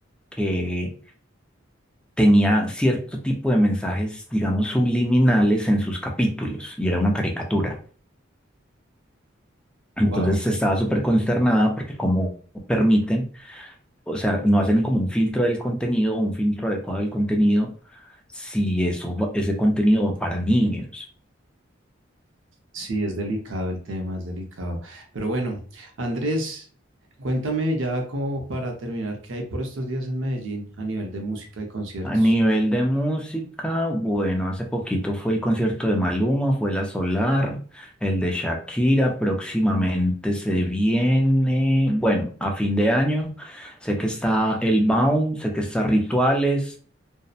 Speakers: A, in the centre; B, on the right (about 75°).
A: que tenía cierto tipo de mensajes, digamos, subliminales en sus capítulos y era una caricatura. Entonces
B: Wow.
A: estaba súper consternada porque como permiten, o sea, no hacen como un filtro del contenido, un filtro adecuado del contenido, si eso, va- ese contenido va para niños.
B: Sí, es delicado el tema, es delicado. Pero bueno, Andrés, cuéntame ya como para terminar, ¿qué hay por estos días en Medellín a nivel de música y conciertos?
A: A nivel de música, bueno, hace poquito fue el concierto de Maluma, fue la Solar, el de Shakira, próximamente se viene, bueno, a fin de año, sé que está el Baum, sé que está Rituales,